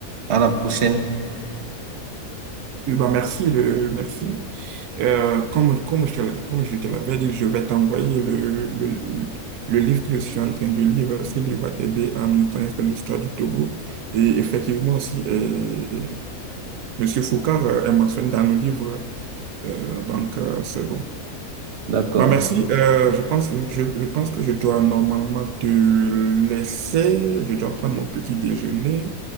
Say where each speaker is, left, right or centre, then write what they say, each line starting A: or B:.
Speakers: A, on the right; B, on the right.
A: à la prochaine.
B: Oui, bah merci, le, merci. Euh, comme, comme je, te l- comme je te l'avais dit, je vais t'envoyer le, le, le livre que je suis en train de lire. Ce livre va t'aider à mieux connaître l'histoire du Togo. Et effectivement aussi, euh, Monsieur Foucard euh, est mentionné dans le livre. Euh, donc, euh, c'est bon.
A: D'accord.
B: Bah merci. Euh, je pense, je, je pense que je dois normalement te laisser. Je dois prendre mon petit déjeuner.